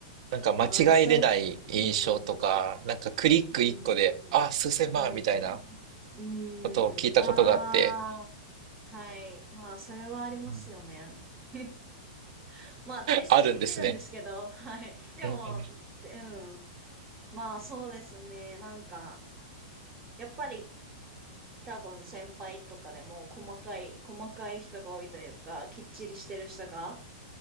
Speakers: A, on the right (about 60°); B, on the right (about 30°).
A: なんか間違えれない印象とか、
B: まあ、いっそ、うーん。う
A: なんかクリック一個で、
B: ーん。
A: あ、数千万みたいな
B: うーん。うーん。
A: ことを聞いたことがあって、
B: ああ、はい。まあ、それはありますよね。
A: うん
B: <laughs> まあ、訂正できるんですけど、
A: あるんですね。
B: はい。でも、
A: うんうん。
B: うん。まあ、そうですね。なんか、やっぱり、多分先輩とかでも細かい、細かい人が多いというか、きっちりしてる人が